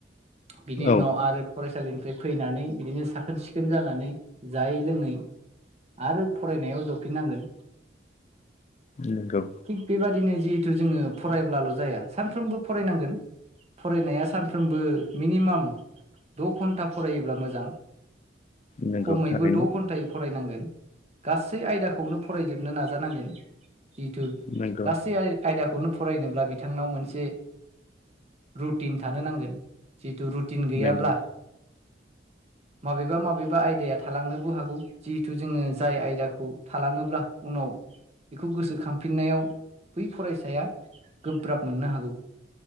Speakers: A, on the right; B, on the left.
A: बिनि
B: औ
A: उनाव आरो फरायसालिनिफ्राय फैनानै बिदिनो साख साखोन-सिखोन जानानै जायै लोङै आरो फरायनायाव जफिननांगोन।
B: नंगौ
A: थिग बेबादिनो जिहेथु जोङो फरायब्लाल' जाया सानफ्रोमबो फरायनांगोन। फरायनाया सानफ्रोमबो मिनिमाम द' घन्टा फरायोब्ला मोजां।
B: नंगौ
A: खमैबो
B: थारैनो
A: द' घन्टायै फरायनांगोन। गासै आयदाखौनो फरायजोबनो नाजानांगोन। जिहेथु
B: नंगौ
A: गासै आयदाखौ खौनो फरायनोब्ला बिथांनाव मोनसे रुटिन थानो नांगोन। थु रुटिन गैयाब्ला
B: नंगौ
A: माबेबा माबेबा आयदाया थालांनोबो हागौ जिहेथु जोङो जाय आयदाखौ थाङोब्ला उनाव नाव बेखौ गोसोखांफिननायाव बै फरायसाया गोब्राब मोननो हागौ।